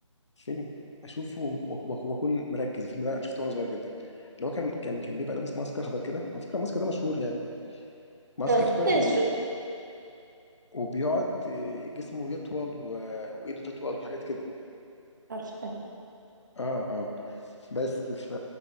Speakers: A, on the left; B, on the right.
A: فيلم اشوفه وأك- وأك- واكون مركز الفيلم ده انا شفته وانا صغير جدا اللي هو كان كان كان بيبقى لابس ماسك اخضر كده على فكره الماسك ده مشهور يعني ماسك
B: ده غدا
A: اخضر و...
B: الزوج
A: وبيقعد آه، جسمه يطول و... وايده تطول وحاجات كده
B: مش عارفاه
A: اه اه بس ف...